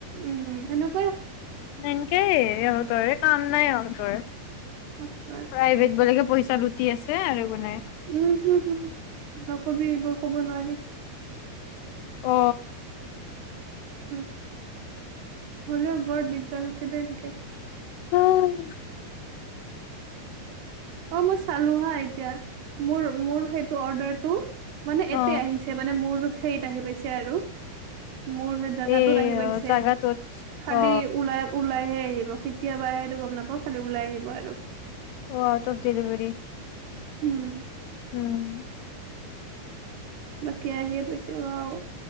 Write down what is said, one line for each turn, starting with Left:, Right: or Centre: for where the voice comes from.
Right: উম সেনম
Left: তেনকে সিহঁতৰে কাম নাই আৰু তই
Right: সঁচা
Left: প্ৰাইভেট বোলেকে পইচা লুটি আছে আৰু একো নাই
Right: উম হুম হুম নকবি এইবোৰ ক'ব নোৱাৰি
Left: অ
Right: উ হলেও বৰ দিগদাৰ হৈছে‌ দে এনেকে
Left: উম
Right: অ মই চালো হা এতিয়া মোৰ মোৰ সেইটো অৰ্ডাৰটো মানে
Left: অ
Right: এতে আহিছে মানে মোৰ ও সেইত আহি পাইছে আৰু মোৰ সেই জোগাতোত
Left: এই
Right: আহি পাইছে
Left: জাগাটোত
Right: খালি
Left: অ
Right: ওলাই ওলাইহে আহিব কেতিয়াবা আহে সেইটো গম নাপাওঁ খালি ওলাই আহিব আৰু
Left: অ আউট অফ ডেলিভেৰি
Right: উম।
Left: উম।
Right: বাকী আহিয়ে পাইছে বাউ,